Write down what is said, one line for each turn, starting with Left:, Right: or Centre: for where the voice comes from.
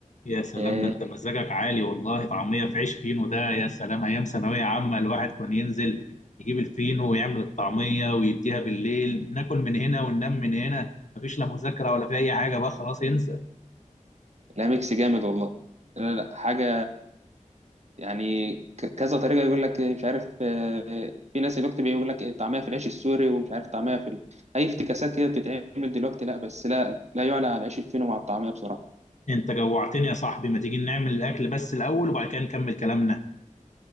Left: يا سلام
Right: إيه،
Left: ده انت مزاجك عالي والله طعمية في عيش فينو ده يا سلام ايام ثانوية عامة الواحد كان ينزل يجيب الفينو ويعمل الطعمية ويديها بالليل ناكل من هنا وننام من هنا مفيش لا مذاكرة ولا في اي حاجة بقى خلاص انسى
Right: لا ميكس جامد والله لا لا حاجة يعني ك- كذا طريقة يقول لك مش عارف آه، في ناس دلوقتي بيقول لك طعمها في العيش السوري ومش عارف طعمها في ال... أي افتكاسات كده بتتعمل دلوقتي لا بس لا لا يعلى على العيش الفينو مع الطعمية بصراحة
Left: انت جوعتني يا صاحبي ما تيجي نعمل الاكل بس الاول وبعد كده نكمل كلامنا